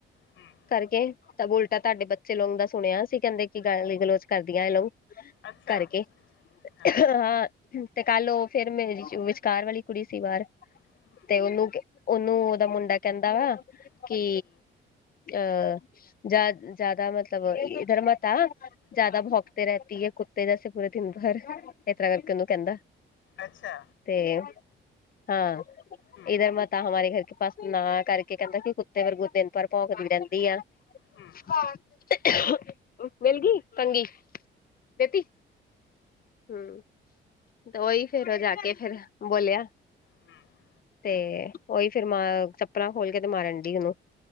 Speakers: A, on the left; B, on the left.
A: ਹਮ,
B: ਕਰਕੇ, ਤਬ ਉਲਟਾ
A: ਹਮ।
B: ਤੁਹਾਡੇ ਬੱਚੇ ਲੋਂਗ ਦਾ ਸੁਣਿਆ ਸੀ ਕਹਿੰਦੇ ਕਿ ਗਾਲੀ ਗਲੋਚ ਕਰਦੀਆਂ ਇਹ ਲੋਕ
A: ਅੱਛਾ
B: ਕਰਕੇ,
A: ਹਾਂ
B: ਅ-ਹਾਂ ਤੇ ਕੱਲ ਉਹ ਫੇਰ ਮੇਰੀ ਚ ਵਿਚਕਾਰ ਵਾਲੀ ਕੁੜੀ ਸੀ ਬਾਹਰ
A: ਹਮ,
B: ਤੇ ਉਹਨੂੰ ਕ ਉਹਨੂੰ ਉਹਦਾ ਮੁੰਡਾ ਕੈਂਦਾ ਵਾ
A: ਹਮ,
B: ਕਿ ਅਹ ਜਾ-ਜਾ਼ਦਾ ਮਤਲਬ ਇਧਰ ਮਤ ਆ, ਜਾ਼ਦਾ
A: ਹਮ।
B: ਭੋਕਤੇ ਰਹਿਤੀ ਐ। ਕੁੱਤੇ ਜਾਸੇ ਪੂਰੇ ਦਿਨ ਘਰ ਇਤਰ੍ਹਾਂ ਕਰਕੇ ਉਹਨੂੰ ਕਹਿੰਦਾ,
A: ਅੱਛਾ
B: ਤੇ ਹਾਂ
A: ਹਮ,
B: ਇਧਰ ਮੈਂ ਤਾਂ ਹਮਾਰੇ, ਫ ਬਸ ਨਾ ਕਰਕੇ ਕਹਿੰਦਾ ਕਿ ਕੁੱਤੇ ਵਾਗੂ ਦਿਨ-ਭਰ ਭੋਂਕਦੀ ਰਹਿੰਦੀ ਆ।
A: ਹਮ,
B: ਅਹ ਮਿਲ ਗਈ ਕੰਗੀ ਦੇਤੀ, ਹੂੰ, ਤੇ ਉਹੀ ਫੇਰ ਉਹ ਜਾ ਕੇ ਫੇਰ ਬੋਲਿਆ।
A: ਹਮ।
B: ਤੇ ਉਹੀ ਫਿਰ ਮ ਚੱਪਲਾਂ ਖੋਲ ਕੇ ਤੇ ਮਾਰਨ ਡਈ ਉਨੂੰ